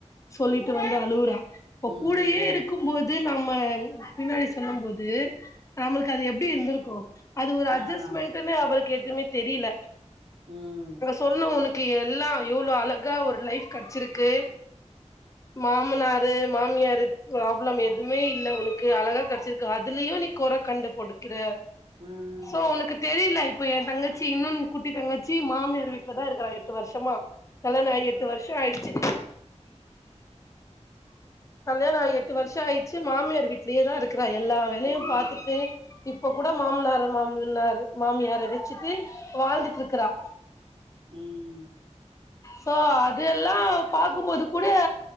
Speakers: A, on the left (about 25°); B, on the right (about 45°).
A: சொல்லிட்டு வந்து அலவுரா ப
B: ம்
A: கூடேயே இரு கும்போது நம்ம பின்னாடி சொல்லும் போது நம்ளுக்கு அது எப்டி இருந்திருக்கு அது ஒரு
B: அதா
A: அஜஸ்மெண்ட்ன்னு அவளுக்கு எதுவுமே தெரில
B: ம்
A: சொன்னோ ஒனக்கு எல்லா எவ்ளோ அழகா ஒரு லைஃப் கெடச்சிருக்கு மாமனாரு மாமியாரு ப்ராப்ளம் எதுவுமே இல்ல ஒனக் கு அழகா கெடச்சிருக்கு அதுலயு நீ கொற கண்டுபிடிக்குற
B: ம்
A: சோ ஒனுக்கு தெரில இப்போ எ தங்கச்சி இன்னொன் குட்டி தங்கச்சி மாமியார் வீட்டுல தா இருக்குறா எட்டு வர்ஷமா கல்யாண ஆகி எட்டு வர்ஷ ஆயிடுச்சு கல்யாண ஆகி எட்டு வர்ஷ ஆயிட்ச்சு மாமியார் வீட்லயே தா இருக் கிறா எல்லா வேலையு
B: ம்
A: பாத்துட்டு இப்ப கூட மாமனார மாமனார் மாமியார வெச்சிட்டு வாழ்ந்துட்டுருக்குறா
B: ம்
A: சோ அது எல்லா பாக்கும்போது கூட